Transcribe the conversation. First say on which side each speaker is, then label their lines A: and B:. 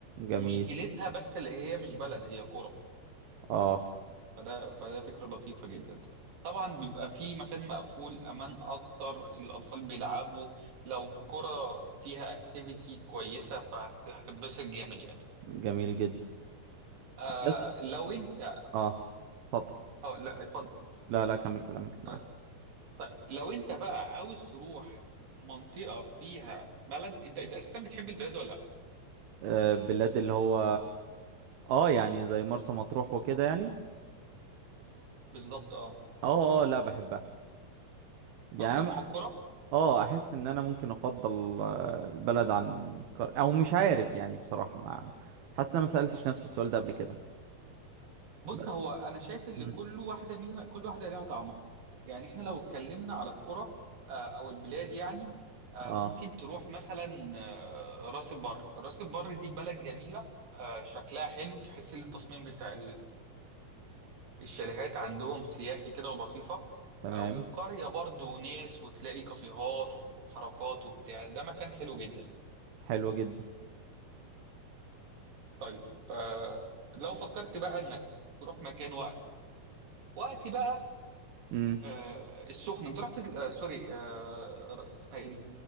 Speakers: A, on the right; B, on the right.
A: جميل
B: مشكلتها بس اللي هي مش بلد هي قرى
A: اه
B: فده فده فكرة لطيفة جدا طبعا بيبقى في مكان مقفول امان اكتر الاطفال بيلعبوا لو قرى فيها اكتيفيتي كويسة فهتتبسط جامد يعني
A: جميل جدا
B: آه
A: بس
B: لو انت
A: اه اتفضل
B: اه لا اتفضل
A: لا لا كمل كلامك معاك
B: آه طيب لو انت بقى عاوز تروح منطقة فيها بلد انت انت اساسا بتحب البلاد ولا لا
A: آه، بلاد اللي هو اه يعني زي مرسى مطروح وكده يعني
B: بالظبط اه
A: اه اه لا بحبها يعني
B: اكتر من
A: أنا-
B: الكرة
A: اه احس ان انا ممكن افضل آه، البلد عن كار... او مش عارف يعني بصراحة ما حاسس ان انا ما سألتش نفس السؤال ده قبل كده
B: بص
A: بس
B: هو انا شايف ان
A: مم.
B: كل واحدة منها كل واحدة ليها طعمها يعني احنا لو اتكلمنا على الكرة آه او البلاد يعني آه
A: اه
B: ممكن تروح مثلا آه راس البر راس البر دي بلد جميلة آه شكلها حلو تحس ان التصميم بتاع الشاليهات عندهم سياحي كده ولطيفة
A: تمام
B: آه، والقرية برضو ناس وتلاقي كافيهات وحركات وبتاع ده مكان حلو جدا
A: حلو جدا
B: طيب آه لو فكرت بقى انك تروح مكان وقت وقت بقى
A: امم
B: آه السخنة انت رحت آه سوري آه ر- اسمها ايه دي